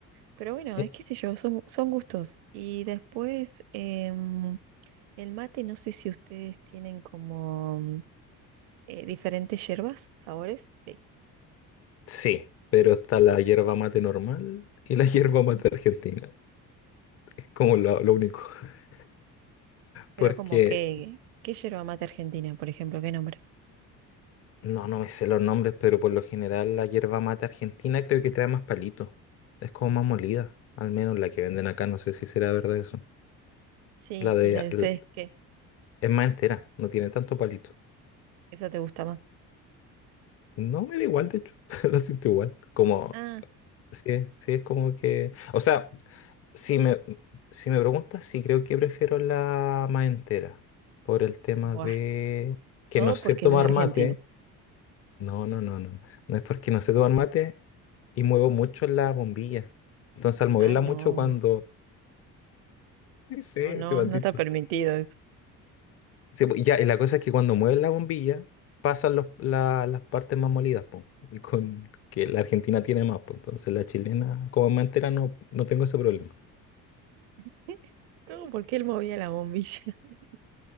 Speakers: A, on the right; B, on the left.
A: Pero bueno,
B: Eh,
A: es que sé yo, son, son gustos. Y después, em, el mate, no sé si ustedes tienen como mm, eh, diferentes hierbas, sabores, sí.
B: Sí, pero está la hierba mate normal y la <laughs> hierba mate
A: Ujú.
B: argentina. Es como lo, lo único. <laughs>
A: Pero
B: Porque
A: como que, ¿qué yerba mate argentina, por ejemplo? ¿Qué nombre?
B: no, no me sé los nombres, pero por lo general la hierba mate argentina creo que trae más palitos. Es como más molida. Al menos la que venden acá, no sé si será verdad eso.
A: Sí,
B: La de
A: ¿y la de ustedes
B: l-
A: qué?
B: es más entera, no tiene tanto palito.
A: ¿Esa te gusta más?
B: No me da igual, de hecho. <laughs> La siento igual. Como,
A: Ah,
B: sí, sí, es como que. O sea. Si me, si me preguntas, sí creo que prefiero la más entera, por el tema
A: buah,
B: de que
A: todo
B: no sé
A: porque
B: tomar
A: no es argentina.
B: mate. No, no, no, no. No es porque no sé tomar mate y muevo mucho la bombilla. Entonces, al moverla
A: Ah, no,
B: mucho cuando... Sí, sí,
A: no, no,
B: sí me han
A: no
B: dicho.
A: está permitido eso.
B: Sí, pues, ya, y la cosa es que cuando mueves la bombilla, pasan los- la- las partes más molidas, po, Y con que la Argentina tiene más, po, Entonces, la chilena, como es más entera, no, no tengo ese problema.
A: <laughs> Todo porque él movía la bombilla. <laughs>